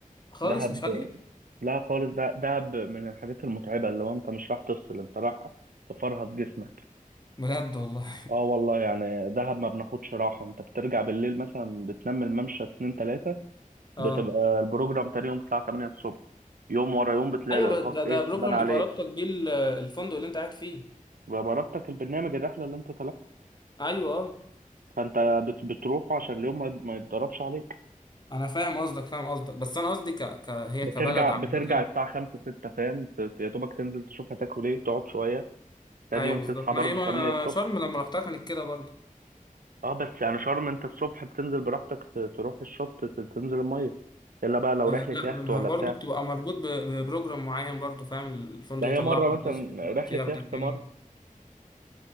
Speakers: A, on the left; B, on the right.
A: خالص
B: دهب
A: مش عارف
B: لا خالص ده دهب من الحاجات المتعبه اللي هو انت مش راح تفصل انت راح تفرهد جسمك
A: بجد والله
B: اه والله يعني دهب ما بناخدش راحه انت بترجع بالليل مثلا بتنام الممشى 2 3
A: اه
B: بتبقى البروجرام تاني يوم الساعه 8 الصبح يوم ورا يوم بتلاقي
A: ايوه
B: الارهاق
A: ب- ده ده
B: ايه
A: بروجرام
B: بان عليك
A: بيبقى رابطك بيه ال- الفندق اللي انت قاعد فيه
B: جربتك البرنامج الرحله اللي انت
A: ايوه اه
B: فانت بت- بتروح عشان اليوم ما ما يتضربش عليك
A: انا فاهم قصدك فاهم قصدك بس انا قصدي ك... ك... هي
B: بترجع
A: كبلد عامه
B: بترجع الساعة خمسة ستة فاهم ت- يا دوبك تنزل تشوف هتاكل ايه تقعد شوية تاني
A: ايوه
B: يوم
A: بالظبط
B: تصحى
A: ما
B: برضو
A: هي ما
B: تمانية الصبح
A: شرم لما رحتها كانت كده برضو
B: اه بس يعني شرم انت الصبح بتنزل براحتك ت- تروح الشط ت- تنزل المية الا بقى لو
A: آه،
B: رحلة
A: لا
B: يخت
A: ما
B: ولا
A: هو برضه
B: بتاع
A: بتبقى مربوط ب- ببروجرام معين برضه فاهم الفندق
B: ده هي
A: يطلعك
B: مرة
A: من
B: مثلا
A: ده، الوقت
B: رحلة
A: ياخدك
B: يخت
A: منه
B: مرة